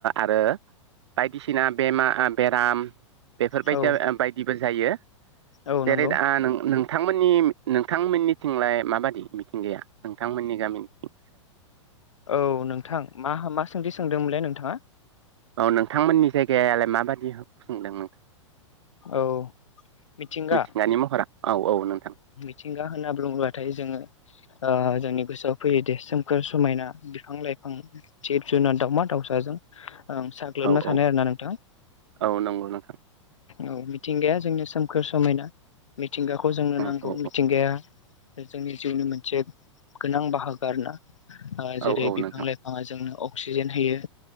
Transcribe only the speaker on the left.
औ
औ
नंगौ
औ नोंथां मा मा सोंदि सोंदोंमोनलाय नोंथाङा
औ मिथिंगा
मिथिंगा होनना बुङब्लााथाय जोङो जोंनि गोसोआव फैयो दे सोमखोर समायना बिफां लाइफां जिब जुनार दाउमा दाावसाजों आं साग्लोबना
थानायानाय
आरो ना नोंथां
औ मिथिंगाया जोंनो सोमखोर समायना मिथिंगाखौ जोंनो
नांगौ
मिथिंगाया जोंनि जिउनि मोनसे गोनां बाहागो आर ना ओ जेरै
बिफां
लाइफाङा जोंनो अक्सिजेन होयो